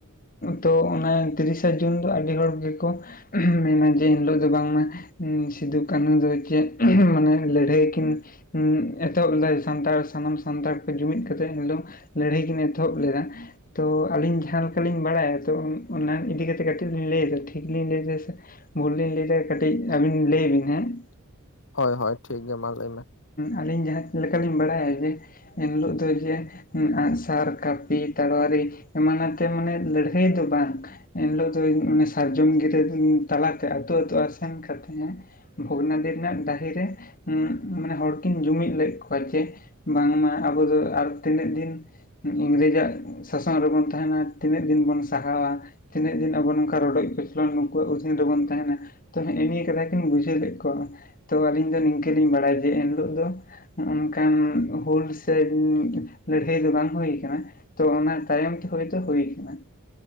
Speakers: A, on the left; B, on the left.
A: ᱛᱚ ᱛᱤᱨᱤᱥᱟ ᱡᱩᱱ ᱫᱚ ᱟᱹᱰᱤ ᱦᱚᱲ ᱜᱮᱠᱚ ᱢᱮᱱᱟ ᱡᱮ ᱮᱱ ᱦᱤᱞᱳᱜ ᱫᱚ ᱵᱟᱝᱢᱟ ᱥᱤᱫᱷᱩ ᱠᱟᱹᱱᱦᱩ ᱫᱚ ᱪᱮᱫ ᱢᱟᱱᱮ ᱞᱟᱹᱲᱦᱟᱹᱭ ᱠᱤᱱ ᱮᱛᱚᱦᱚᱵ ᱞᱮᱫᱟᱭ ᱥᱟᱱᱛᱟᱲ ᱥᱟᱱᱟᱢ ᱥᱟᱱᱛᱟᱲ ᱠᱚ ᱡᱩᱢᱤᱫ ᱠᱟᱛᱮ ᱞᱟᱹᱲᱦᱟᱹᱭ ᱠᱤᱱ ᱮᱛᱚᱦᱚᱵ ᱞᱮᱫᱟ ᱛᱚ ᱟᱹᱞᱤᱧ ᱡᱟᱦᱟᱸ ᱞᱮᱠᱟ ᱞᱤᱧ ᱵᱟᱲᱟᱭᱟ ᱛᱚ ᱚᱱᱟ ᱤᱫᱤ ᱠᱟᱛᱮ ᱠᱟᱹᱴᱤᱡ ᱞᱤᱧ ᱞᱟᱹᱭᱮᱫᱟ ᱴᱷᱤᱠ ᱞᱤᱧ ᱞᱟᱹᱭᱮᱫᱟ ᱥᱮ ᱵᱷᱩᱞ ᱞᱤᱧ ᱞᱟᱹᱭ ᱮᱫᱟ ᱠᱟᱹᱴᱤᱡ ᱟᱹᱵᱤᱱ ᱞᱟᱹᱭ ᱟᱵᱤᱱ ᱦᱮᱸ ᱾
B: ᱦᱳᱭ ᱦᱳᱭ ᱴᱷᱤᱠ ᱜᱮᱭᱟ ᱢᱟ ᱞᱟᱹᱭ ᱢᱮ ᱾
A: ᱟᱹᱞᱤᱧ ᱡᱟᱦᱟᱸ ᱞᱮᱠᱟᱞᱤᱧ ᱵᱟᱲᱟᱭᱟ ᱡᱮ ᱮᱱᱦᱤᱞᱳᱜ ᱫᱚ ᱡᱮ ᱟᱸᱜ ᱥᱟᱨ ᱠᱟᱹᱯᱤ ᱛᱟᱲᱣᱟᱨᱤ ᱮᱢᱟᱱ ᱛᱮ ᱢᱟᱱᱮ ᱞᱟᱹᱲᱦᱟᱹᱭ ᱫᱚ ᱵᱟᱝ ᱮᱱᱦᱤᱞᱳᱜ ᱫᱚ ᱥᱟᱨᱡᱚᱢ ᱜᱤᱨᱟᱹ ᱛᱟᱞᱟᱛᱮ ᱟᱹᱛᱩ ᱟᱹᱛᱩ ᱥᱮᱱ ᱠᱟᱛᱮ ᱵᱷᱚᱜᱽᱱᱟᱰᱤ ᱨᱮᱱᱟᱜ ᱰᱟᱹᱦᱤᱨᱮ ᱢᱟᱱᱮ ᱦᱚᱲ ᱠᱤᱱ ᱡᱩᱢᱤᱫ ᱞᱮᱫ ᱠᱚᱣᱟ ᱡᱮ ᱵᱟᱝ ᱢᱟ ᱟᱵᱚ ᱫᱚ ᱟᱨ ᱛᱤᱱᱟᱹᱜ ᱫᱤᱱ ᱤᱝᱨᱮᱡᱟᱜ ᱥᱟᱥᱚᱱ ᱨᱮᱵᱚᱱ ᱛᱟᱦᱮᱱᱟ ᱛᱤᱱᱟᱹᱜ ᱫᱤᱱ ᱵᱚᱱ ᱥᱟᱦᱟᱣᱟ ᱛᱤᱱᱟᱹᱜ ᱫᱤᱱ ᱟᱵᱚ ᱱᱚᱝᱠᱟ ᱨᱚᱰᱚᱡ ᱠᱚᱪᱞᱚᱱ ᱱᱩᱠᱩᱣᱟᱜ ᱚᱫᱷᱤᱱ ᱨᱮᱵᱚᱱ ᱛᱟᱦᱮᱱᱟ ᱛᱚ ᱦᱮᱸᱼ ᱮ ᱱᱤᱭᱟᱹ ᱠᱟᱛᱷᱟ ᱠᱤᱱ ᱵᱩᱡᱷᱟᱹᱣ ᱞᱮᱫ ᱠᱚᱣᱟ ᱛᱳ ᱟᱹᱞᱤᱧ ᱫᱚ ᱱᱤᱝᱠᱟᱹ ᱞᱤᱧ ᱵᱟᱲᱟᱭᱟ ᱡᱮ ᱮᱱᱦᱤᱞᱳᱜ ᱫᱚ ᱚᱱᱠᱟᱱ ᱦᱩᱞ ᱥᱮ ᱞᱟᱹᱲᱦᱟᱹᱭ ᱫᱚ ᱵᱟᱝ ᱦᱩᱭ ᱟᱠᱟᱱᱟ ᱛᱚ ᱚᱱᱟ ᱛᱟᱭᱚᱢ ᱛᱮ ᱦᱚᱭᱛᱳ ᱦᱩᱭ ᱟᱠᱟᱱᱟ ᱾